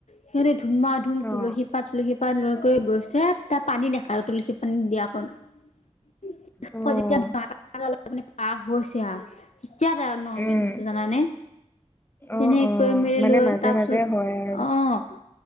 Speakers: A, on the left; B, on the left.
A: সিহঁতে ধুমা ধুম
B: অ',
A: তুলসী পাত তুলসী পাত লৈ গৈ গৈছে তাত পানী দেখায় তুলসী পানী দিয়াক আকৌ
B: অ',
A: যেতিয়া <unintelligible> পোনে পাৰ হৈছে আৰু তেতিয়া তাৰ নৰ্মেল
B: উম,
A: হৈছে জানানে
B: অ',
A: তেনেকৈ
B: অ',
A: মেলি
B: মানে
A: লৈ
B: মাজে
A: তাৰপিছত
B: মাজে হয় আৰু।
A: অঁহ